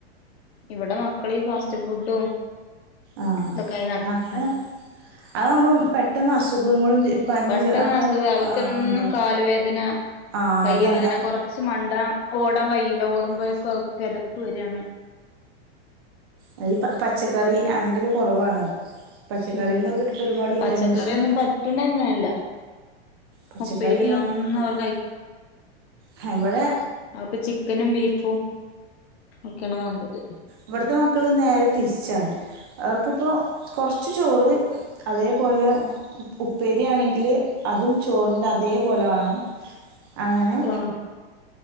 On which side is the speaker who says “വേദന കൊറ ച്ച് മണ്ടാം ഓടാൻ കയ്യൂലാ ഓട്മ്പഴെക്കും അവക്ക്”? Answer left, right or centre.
Left